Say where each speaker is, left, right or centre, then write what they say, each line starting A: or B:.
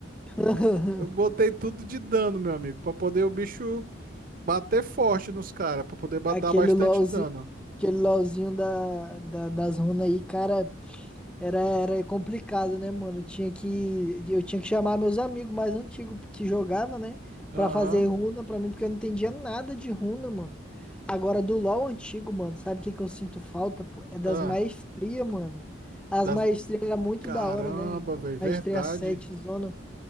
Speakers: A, in the centre; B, on the right.
A: <laughs>
B: Eu botei tudo de dano, meu amigo, pra poder o bicho bater forte nos caras, pra poder ba-
A: Aquele
B: dar bastante
A: LOLzinho,
B: dano.
A: aquele LOLzinho da, da- das runas aí, cara, Era, era complicado, né, mano? Tinha que, eu tinha que chamar meus amigos mais antigos que jogava, né,
B: Aham.
A: Pra fazer runa pra mim, porque eu não entendia nada de runa, mano. Agora, do LoL antigo, mano, sabe o que que eu sinto falta, pô? É das
B: Ah,
A: maestrias, mano. As
B: das...
A: maestrias era muito
B: Caramba,
A: da hora, né?
B: velho, verdade.
A: Maestria 7 zona.